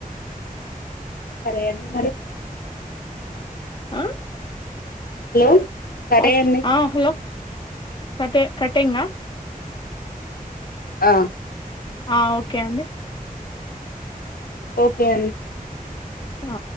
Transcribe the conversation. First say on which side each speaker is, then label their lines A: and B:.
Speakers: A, on the left; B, on the left.
A: సరే అండి మరి
B: ఆ
A: హలో సరే
B: ఆఫ్
A: అండి
B: ఆ హలో కటే కట్టేంగా
A: ఆ
B: ఆ ఓకే అండి
A: ఓకే అండి
B: అ